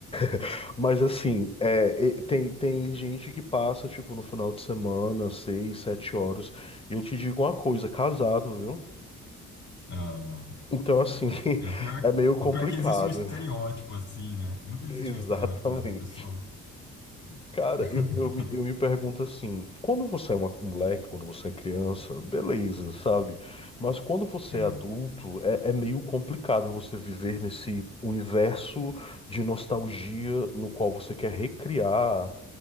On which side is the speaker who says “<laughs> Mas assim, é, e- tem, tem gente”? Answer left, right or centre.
Left